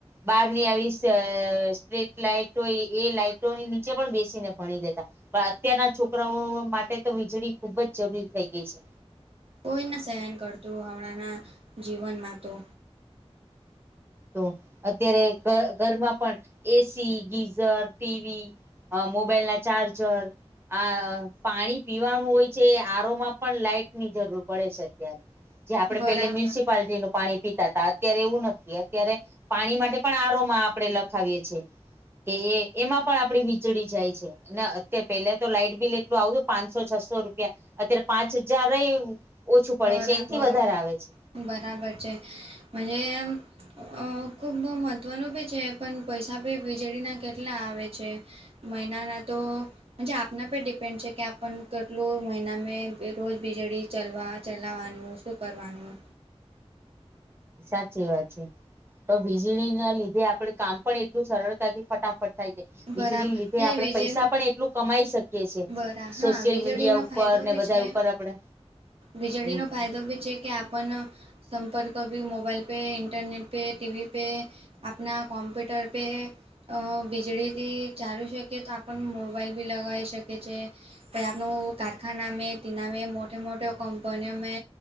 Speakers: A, on the right; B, on the right.
A: બહારની આવી અ સ્ટ્રીટ લાઈટો એ લાઈટોની નીચે પણ બેસીને ભણી લેતા. પણ અત્યારના છોકરાઓ માટે તો વીજળી ખુબ જ જરૂરી થઈ ગઈ છે.
B: કોઈને સહેન કરતું હમણાંનાં જીવનમાં તો.
A: તો અત્યારે ઘરમાં પણ એસી ગીઝર ટીવી અ મોબાઈલ ના ચાર્જર આ પાણી પીવાનું હોય છે આરોમાં પણ લાઈટની જરૂર પડે છે અત્યારે. જે આપડે
B: બરાબર
A: પેલે મ્યુનિસિપાલટી નું પાણી પીતા હતા અત્યારે એવું નથી. ત્યારે પાણી માટે પણ આરોમાં આપણે લખાવીએ છીએ. કે એ એમાં પણ આપડી વીજળી જાય છે. ના અત્યારે પેલા તો લાઈટ બિલ એટલું આવતું પાંચસો છસો રૂપિયા અત્યારે પાંચ હજાર રહી ઓછું પડે
B: બરાબર
A: છે એનાથી વધારે આવે છે.
B: બરાબર છે મને એમ. અ ખુબ મહત્વનું ભી છે પણ પૈસા ભી વીજળીના કેટલા આવે છે. મહિનાના તો મુજે આપના પર ડિપેન્ડ છે કે આપણ કેટલું મહિના મે રોજ વીજળી ચલવા ચલાવવાનું શું કરવાનું.
A: સાચી વાત છે તો વીજળી ના લીધે આપડે કામ પણ એટલું સરળતાથી ફટાફટ થાય છે વીજળી
B: બરાબર
A: લીધે આપડે
B: એ વિજે
A: પૈસા પણ એટલું કમાઈ શકીએ છીએ
B: બરા હા
A: સોશિયલ
B: વીજળીનો
A: મીડિયા ઉપર
B: ફાયદો
A: ઉપર ને
B: બી
A: બધા
B: છે
A: ઉપર આપડે
B: વીજળીનો
A: હમ
B: ફાયદો બી છે કે આપણ સંપર્ક ભી મોબાઈલ પે ઇન્ટરનેટ પે ટીવી પે આપણા કોમ્પ્યુટર પે અ બિજળી તે ચલચે શકે તો આપણ મોબાઈલ બી લગાવી શકીએ છે. પ આપનો કારખના મે ટનામે મોટે મોટે કમપનીઓ મે